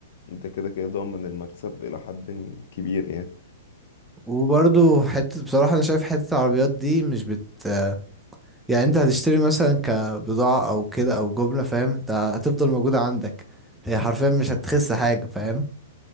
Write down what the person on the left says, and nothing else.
انت كده كده ضامن المكسب إلى حد كبير يعني